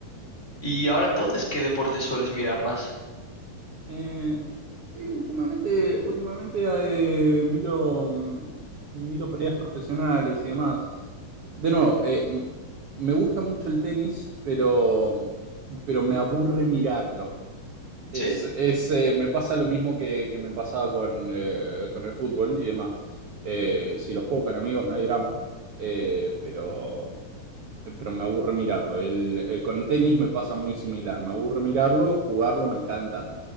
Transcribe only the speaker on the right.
Eh, sí, últimamente, últimamente eh, miro, mm, miro peleas profesionales y demás. De nuevo, eh, m- me gusta mucho el tenis, pero, pero me aburre mirarlo. Es,
es, eh, me pasa lo mismo que, que me pasaba con, eh, con el fútbol y demás. Eh, si los juego con amigos no hay drama, eh, pero, pero me aburre mirarlo. El, eh, con tenis me pasa muy similar. Me aburre mirarlo, jugarlo me encanta